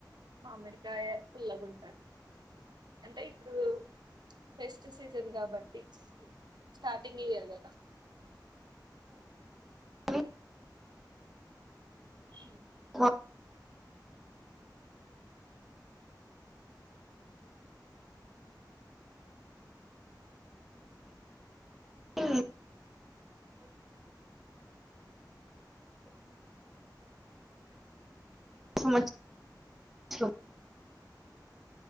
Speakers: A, on the right; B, in the centre.
A: మామిడికాయ పుల్లగుంటది. అంటే ఇప్పుడు ఫెస్ట్ సీజన్ కాబట్టి స్టార్టింగ్ ఇయరు కదా
B: ఓన్లీ
A: మ్
B: ఆ మ్మ్ <inaudible>